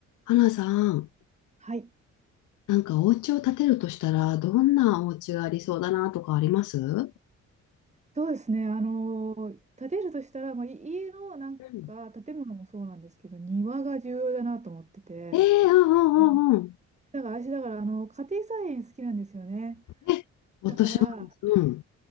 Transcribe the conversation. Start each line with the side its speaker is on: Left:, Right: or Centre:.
Left: 花さん、
Right: はい、
Left: なんかお家を建てるとしたら、どんなお家がありそうだなとかありますう
Right: そうですね。あの、建てるとしたら、まあ、い家のなんか建物もそうなんですけど、
Left: ん
Right: 庭が重要だなと思ってて、
Left: ええーうんう
Right: うん
Left: んうんうん。
Right: だから私、だからあの家庭菜園好きなんですよね。
Left: え、私もです。
Right: だから、
Left: うん。